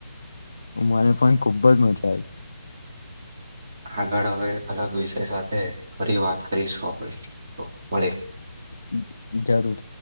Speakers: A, on the left; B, on the right.
A: મને પણ ખુબ જ મજા આઈ.
B: આગળ હવે અલગ વિષય સાથે ફરી વાત કરીશું આપણે, તો મળીએ.
A: અમ્મ, અમ્મ જરૂર.